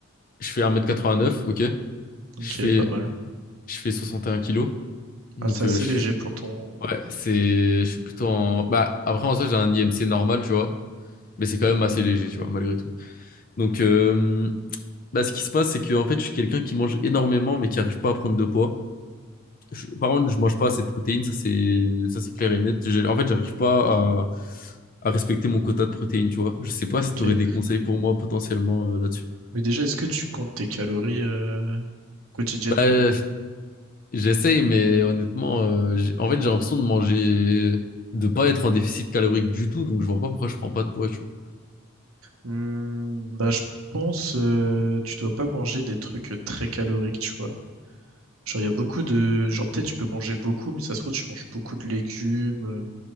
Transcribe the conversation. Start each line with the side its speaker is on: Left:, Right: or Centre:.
Left: je fais un mètre quatre-vingt-neuf ok. Je
Right: Ok,
Left: fais,
Right: pas mal.
Left: je fais 61 kilos. Donc,
Right: Ah, c'est assez
Left: euh, je-
Right: léger pour ton...
Left: ouais, c'est, je suis plutôt en. Bah, après, en soi, j'ai un IMC normal, tu vois. Mais c'est quand même assez léger, tu vois, malgré tout. Donc, euh, bah, ce qui se passe, c'est que, en fait, je suis quelqu'un qui mange énormément, mais qui arrive pas à prendre de poids. Je- par contre, je mange pas assez de protéines, ça, c'est, ça, c'est clair et net. J'ai- En fait, j'arrive pas à, à respecter mon quota de protéines, tu vois. Je sais pas
Right: Ok.
Left: si tu aurais des conseils pour moi potentiellement euh, là-dessus.
Right: Mais déjà, est-ce que tu comptes tes calories euh, quotidiennement?
Left: Bah, J'essaye, mais honnêtement, euh, j'ai- en fait, j'ai l'impression de manger, de pas être en déficit calorique du tout, donc je vois pas pourquoi je prends pas de poids, tu vois.
Right: Hmm, bah, je pense euh, tu dois pas manger des trucs euh, très caloriques, tu vois. Genre, il y a beaucoup de... Genre, peut-être tu peux manger beaucoup, mais ça se trouve, tu manges beaucoup de légumes, euh,